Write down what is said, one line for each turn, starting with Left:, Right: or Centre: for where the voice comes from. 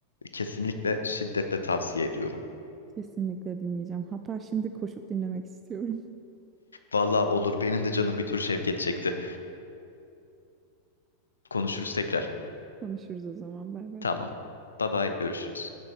Left: Kesinlikle şiddetle tavsiye ediyorum.
Right: Kesinlikle dinleyeceğim. Hatta şimdi koşup dinlemek istiyorum.
Left: Valla olur benim de canım bir tur Şevket çekti. Konuşuruz tekrar.
Right: <laughs> Konuşuruz o zaman. Bay bay.
Left: Tamam. Bye bye görüşürüz.